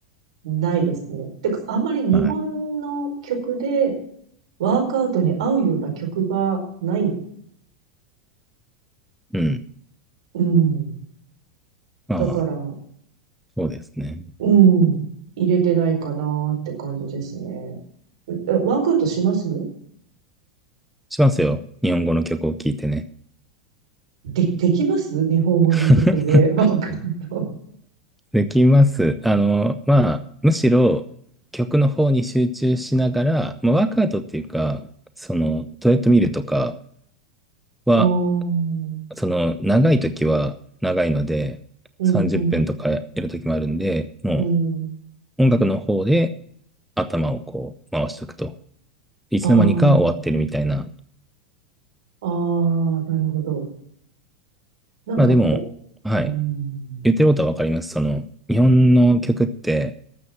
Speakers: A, on the right; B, in the centre.
A: ないですね。てか、あんまり日本の曲で
B: はい。
A: ワークアウトに合うような曲がない。
B: うん。
A: うん。
B: ああ、
A: だから、
B: そうですね。
A: うん。入れてないかなって感じですね。うえワークアウトします
B: しますよ。日本語の曲を聴いてね。
A: で、できます日本語の曲でワークアウト。
B: <laughs> できます。あの、まあ、むしろ曲の方に集中しながら、まあ、ワークアウトっていうか、そのトレッドミルとか
A: <laughs>
B: は、
A: うーん。
B: その長い時は長いので、
A: うん、
B: 30分とかやる時もあるんで、
A: うん。
B: も
A: うん。
B: う音楽の方で頭をこう回しておくと。いつの間にか終わってるみたいな。
A: ああ、ああ、なるほど。なんか、
B: まあでも、
A: お、
B: はい。
A: うん。
B: 言ってることはわかります。その、日本の曲って、